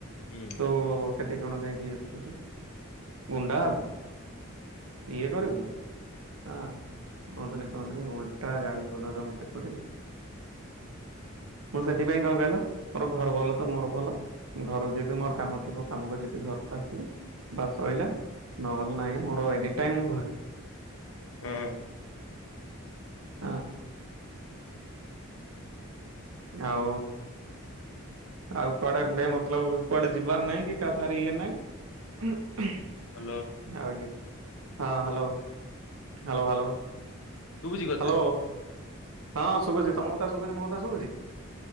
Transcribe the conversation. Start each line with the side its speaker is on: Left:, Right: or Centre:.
Left: ହୁଁ।
Right: ତୁ ସେଠି କଣ ଯାଇକି ଉଠୁଛୁ। ଗୁଣ୍ଡା ହବୁ? ଇଏ କରିବୁ। ହଁ କୁହନ୍ତୁନି କୁହନ୍ତୁନି ଓଲଟା ଗାଳିଗୁଲଜ ମତେ କରିବେ। ମୁଁ ସେଥିପାଇଁ କଣ କହିଲ? ମୋର ଘର ଭଲ ତ ମୋର ଭଲ। ଘର ଯିବି ମୋର କାମ ଥିବ କାମକୁ ଯିବି ଘରକୁ ଆସିବି। ବାସ ଶଇଲା। ନହେଲେ ନାଇଁ ମୋର ଏନି ଟାଇମ ଘରେ।
Left: ହୁଁ।
Right: ହଁ। ଆଉ ଆଉ କୁଆଡ଼େ ଏବେ ମତଲବ କୁଆଡ଼େ ଯିବାର ନାହିଁ। କିକା ସାଙ୍ଗରେ ଇଏ ନାଇଁ। ଉଁ ହୁଁ।
Left: ହ୍ୟାଲୋ?
Right: ଆଉନି, ହଁ ହ୍ୟାଲୋ ହ୍ୟାଲୋ ହ୍ୟାଲୋ?
Left: ଶୁଭୁଛି କଥା
Right: ହ୍ୟାଲୋ, ହଁ ଶୁଭୁଛି ତମ କଥା ଶୁଭୁଛି ମୋ କଥା ଶୁଭୁଛି?